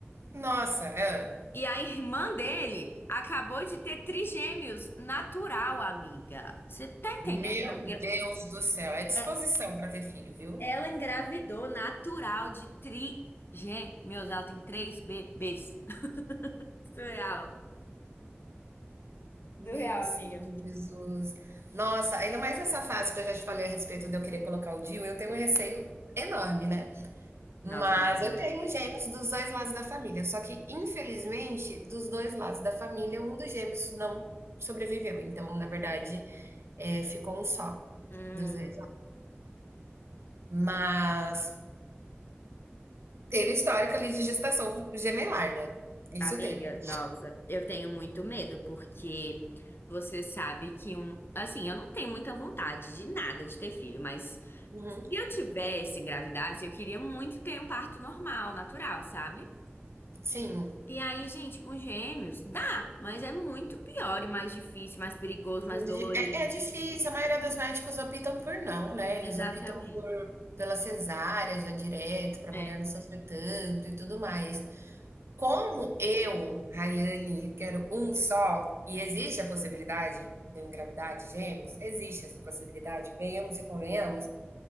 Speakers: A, on the right (about 70°); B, on the left (about 55°).
A: nossa, é.
B: E a irmã dele acabou de ter trigêmeos natural, amiga. Você tá entendendo
A: Meu
B: que ela, engra-
A: Deus do céu, é disposição
B: é-
A: para ter filho, viu?
B: ela engravidou natural de trigêmeos? Ela tem três bebês. <laughs> Surreal.
A: Meu
B: Surreal,
A: Senhor
B: amiga.
A: Jesus. Nossa, ainda mais nessa fase que eu já te falei a respeito de eu querer colocar o DIU, eu tenho um receio enorme, né?
B: Nossa,
A: Mas
B: amiga.
A: eu tenho gêmeos dos 2 lados da família, só que infelizmente dos 2 lados da família, um dos gêmeos não sobreviveu, então na verdade, eh, ficou um só,
B: Hum,
A: dos 2. Mas teve histórico ali de gestação gemelar, né? Isso
B: amiga,
A: teve.
B: nossa, eu tenho muito medo porque você sabe que um, assim, eu não tenho muita vontade de nada de ter filho, mas
A: Uhum.
B: se eu tivesse engravidasse, eu queria muito ter um parto normal, natural, sabe?
A: Sim.
B: E aí, gente, com gêmeos dá, mas é muito pior e mais difícil, mais perigoso, mais
A: Muito
B: dolorido.
A: di é é difícil, a maioria dos médicos optam por não, né,
B: Exatamente.
A: eles optam por pela cesárea já direto, para
B: É.
A: a mulher não sofrer tanto e tudo mais. Como eu, Rayane, quero um só e existe a possibilidade de eu engravidar de gêmeos, existe essa possibilidade, venhamos e convenhamos,